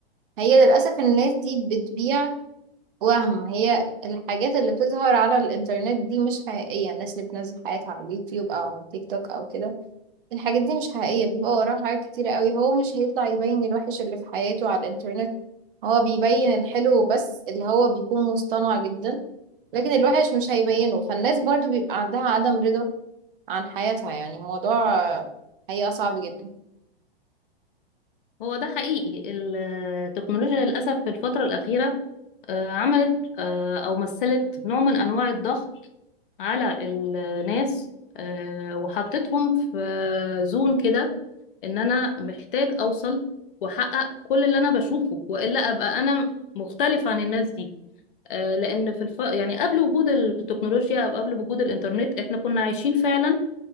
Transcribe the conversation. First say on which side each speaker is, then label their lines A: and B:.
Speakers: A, on the right; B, on the left.
A: هي للأسف الناس دي بتبيع وهم هي الحاجات اللي بتظهر على الإنترنت دي مش حقيقية الناس اللي بتنزل حياتها على اليوتيوب أو على التيك توك أو كده الحاجات دي مش حقيقية بيبقى وراها حاجات كتيرة قوي هو مش هيطلع يبين الوحش اللي في حياته على الإنترنت هو بيبين الحلو بس اللي هو بيكون مصطنع جدا لكن الوحش مش هيبينه فالناس برضو بيبقى عندها عدم رضا عن حياتها يعني الموضوع حقيقة صعب جدا
B: هو ده حقيقي ال- التكنولوجيا للأسف في الفترة الأخيرة آه، عملت آه، أو مثلت نوع من أنواع الضغط على الناس آه، وحطتهم في زون كده إن أنا محتاج أوصل وأحقق كل اللي أنا بشوفه وإلا أبقى أنا مختلف عن الناس دي آه، لان في الف... يعني قبل وجود التكنولوجيا او قبل وجود الانترنت احنا كنا عايشين فعلا